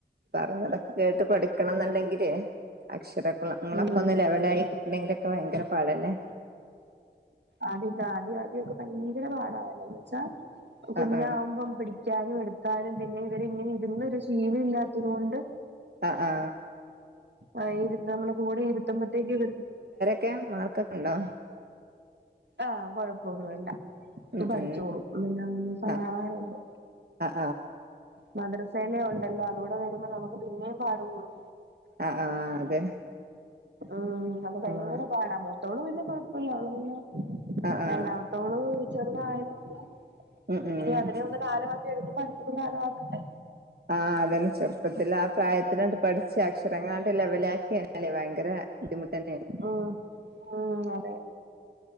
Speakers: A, on the right; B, on the right.
A: പറഞ്ഞതൊക്കെ കേട്ടു പഠിക്കണന്നൊണ്ടെങ്കിലേ അക്ഷരക്കുളങ്ങളൊക്കൊന്ന്
B: ഉം
A: ലെവലായി കിട്ടണെങ്കിലൊക്കെ ഭയങ്കര പാടല്ലേ
B: അത് ആദ്യം ആദ്യവെക്കെ ഭയങ്കര പാടാ എന്താന്ന് വെച്ചാ കുഞ്ഞാവുമ്പം
A: ആ ആ
B: പിടി ക്കാനും എടുക്കാനും പിന്നെ ഇവരിങ്ങനെ ഇരുന്നൊരു ശീലം ഇല്ലാത്തതുകൊണ്ട്
A: ആ ആ
B: ആ ഇരുത്താനൊള്ള കൂടെ ഇരുത്തുമ്പത്തേക്കങ്ങട്.
A: ക്കൃം മാർക്കൊക്കെ ഒണ്ടോ
B: ആ കൊഴപ്പൊന്നൂല്ലാ
A: ഉം
B: പഠിച്ചോളും
A: ഉം
B: പിന്നന്ന് സമാധാനവൊണ്ട്.
A: അ അ ആ
B: മദ്രസയിലെ ഉണ്ടല്ലോ അതുകൂടെ വരുമ്പോ നമുക്കു പിന്നേം പാട്കൂടും.
A: ആ ആ ആ അതെ
B: ഊം അത് ഭയങ്കര
A: അ
B: പാടാ മൂത്തോള് പിന്നെ കൊഴപ്പയില്ലവള് പിന്നെ
A: ആ ആ
B: രണ്ടാമത്തോള് ചെറുതായത്കൊണ്ട്
A: ഉം ഉം
B: ഇനി അതിനെ ഒന്ന് കാലവാക്കി എടുക്കുമ്പോ അടുത്തതും കാലവാക്കണ്ടേ
A: ആഹ് അതന്നെ ചെറുപ്പത്തിലാ പ്രായത്തിലാണ്ട് പഠിച്ചു അക്ഷരങ്ങളാണ്ട് ലെവലാക്കിയാ അല്ലെ ഭയങ്കരാ ബുന്ധിമുട്ടന്നെണ്
B: ആഹ്ആഹ് അതെ